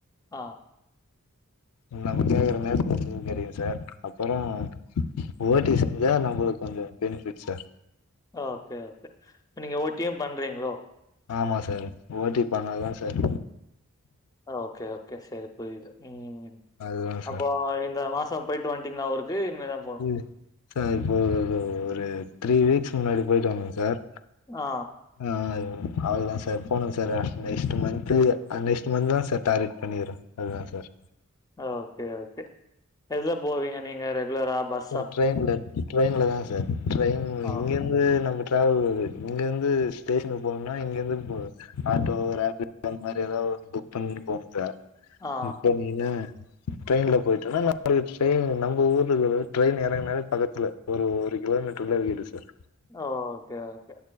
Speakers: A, on the left; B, on the left.
A: ஆ
B: எல்லா பத்தியு எல்லாமே <unintelligible> தெரியு சார் அப்புறம் ஓட்டி செஞ்சா நம்மளுக்கு கொஞ்சம் பெனிஃபிட் சார்
A: ஓகே ஓகே இப்ப நீங்க ஓட்டியும் பண்றீங்ளோ
B: ஆமா சார் ஓட்டி பண்ணாதா சார்
A: ஓகே ஓகே சரி புரியுது ம்
B: அதுதா சார்
A: அப்போ இந்த மாசம் போய்ட்டு வந்ட்டீங்களா ஊருக்கு இனிமேதா
B: ம் சார் இப்போ ஒரூ ஒரு த்ரீ வீக்ஸ் முன்னாடி போய்ட்டு வந்தே சார்
A: ஆ
B: ஆ அவ்ளதான் சார் போனும் சார் நெக்ஸ்ட் மந்த்து நெக்ஸ்ட் மந்த்தா சார் டார்கெட் பண்ணிரு அதான் சார்
A: ஓகே ஓகே எதுல போவீங்க நீங்க ரெகுலரா பஸ்
B: அது ட்ரெயின்ல ட்ரெயின்ல தா சார் ட்ரெயின்
A: ஆ.
B: இங்கிருந்து வந்து நம்ம டிராவல் அது இங்க இருந்து ஸ்டேஷனுக்கு போனோம்னா இங்க இருந்து போவோ ஆட்டோ ரேப்பிட் அந்த மாரி ஏதாவது புக் பண்ணிடு போனும் சார்
A: ஆ.
B: இப்ப நீங்க ட்ரெயின்ல போயிட்டனா <unintelligible> ட்ரெயின் நம்ம ஊரு இதுல ட்ரெயின் இறங்குனாலே பக்கத்துல ஒரு ஒரு கிலோமீட்ர்ல வீடு சார்
A: ஓ ஓகே ஓகே